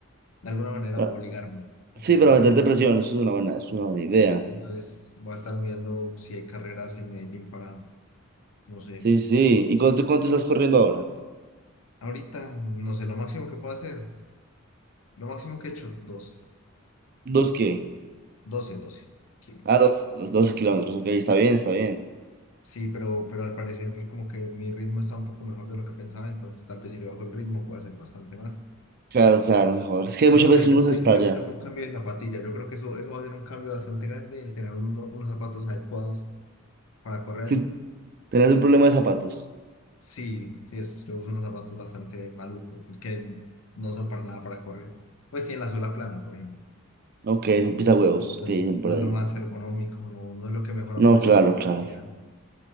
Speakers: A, on the left; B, on the right.
A: de alguna manera
B: ah,
A: obligarme
B: sí,
A: a que lo
B: para
A: tenga
B: meter
A: que hacer.
B: depresión, eso es una buena, es una buena
A: Sí,
B: idea.
A: entonces voy a estar viendo si hay carreras en Medellín para, no sé,
B: Sí, sí. sí, ¿Y cuánto, cuánto estás corriendo ahora?
A: ahorita, no sé, lo máximo que puedo hacer, lo máximo que he hecho, dos,
B: ¿Dos qué?
A: doce, doce. kilómetros.
B: Ah, dos, dos- 12 kilómetros, ok, está bien, está bien.
A: Sí, pero, pero al parecer como que mi ritmo está un poco mejor de lo que pensaba, entonces tal vez si le bajo el ritmo puedo hacer bastante más.
B: Claro, claro, mejor. Es que
A: Solo
B: muchas
A: que
B: veces
A: ahorita
B: uno
A: estoy,
B: se estalla.
A: estoy buscando un cambio de zapatilla, yo creo que eso, eso va a ser un cambio bastante grande, el tener uno- unos zapatos adecuados para correr.
B: Si tenés un problema de zapatos,
A: Sí, sí, es, yo uso unos zapatos bastante malucos, que no son para nada para correr. Pues sí, en la suela plana, por ejemplo.
B: ok, es un pisahuevos,
A: No
B: que dicen
A: no
B: por ahí.
A: es lo más ergonómico, no, no es lo que mejor
B: No,
A: aprovecha
B: claro,
A: tu
B: claro.
A: energía.